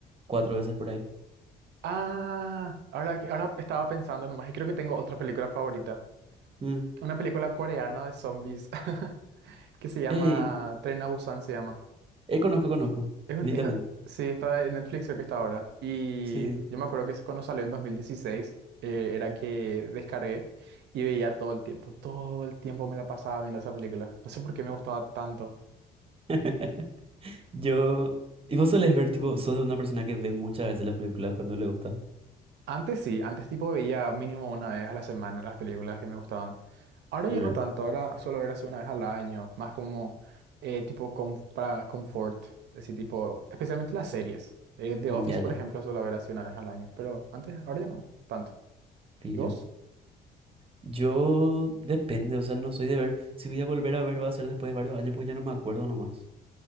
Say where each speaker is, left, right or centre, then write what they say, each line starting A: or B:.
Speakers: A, on the right; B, on the right.
A: cuatro veces por ahí.
B: Ah, ahora, que- ahora estaba pensando nomás y creo que tengo otra película favorita.
A: Mm.
B: Una película coreana de zombies <laughs> que se llama
A: Ey,
B: Tren a Busan se llama.
A: ey, conozco, conozco,
B: Es un,
A: vi
B: es-
A: también,
B: sí, está en Netflix creo que está ahora. Y
A: sí.
B: yo me acuerdo que cuando salió en 2016 eh, era que descargué y veía todo el tiempo. Todo el tiempo me la pasaba viendo esa película. No sé por qué me gustaba tanto.
A: <laughs> Yo, y vos solés ver, tipo, sos de una persona que ve muchas veces las películas cuando le gusta.
B: Antes sí, antes tipo veía mínimo una vez a la semana las películas que me gustaban. Ahora ya
A: Mm.
B: no tanto, ahora suelo ver así una vez al año, más como eh, tipo com- para confort, así tipo, especialmente las series. Eh, The
A: Mm,
B: Office,
A: Ya,
B: por
A: ya,
B: ejemplo, suelo ver así una vez al año, pero antes, ahora ya no tanto.
A: pillo.
B: ¿Y vos?
A: Yo depende, o sea, no soy de ver. Si voy a volver a ver, va a ser después de varios años, pues ya no me acuerdo nomás.